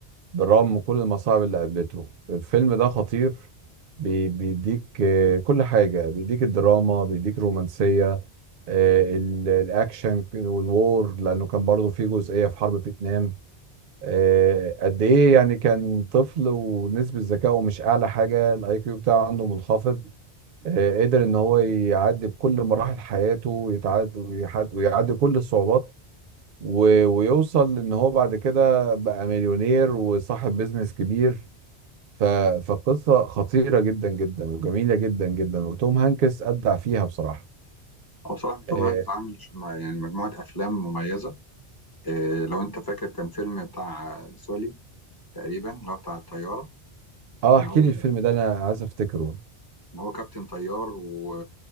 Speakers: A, on the right; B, on the left.
A: بالرغم من كل المصاعب اللي قابلته الفيلم ده خطير بي- بيديك آه، كل حاجة بيديك الدراما بيديك الرومانسية آه، ال- الأكشن والوور لأنه كان برضه فيه جزئية في حرب فيتنام آه، قد إيه يعني كان طفل ونسبة ذكائه مش أعلى حاجة الأي كيو بتاعه عنده منخفض آه، قدر إن هو يعدي بكل مراحل حياته ويتعد- ويحد- ويعدي كل الصعوبات و- ويوصل إن هو بعد كده بقى مليونير وصاحب بيزنس كبير ف... فقصة خطيرة جدا جدا وجميلة جدا جدا وتوم هانكس أبدع فيها بصراحة
B: او بصراحه توم
A: اه
B: هانكس عامل ش- مع- يعني مجموعه افلام مميزه إيه لو انت فاكر كان فيلم بتاع سولي تقريبا اللي هو بتاع الطياره
A: آه،
B: كان
A: احكي
B: هو
A: لي الفيلم ده انا عايز افتكره
B: ان هو كابتن طيار و...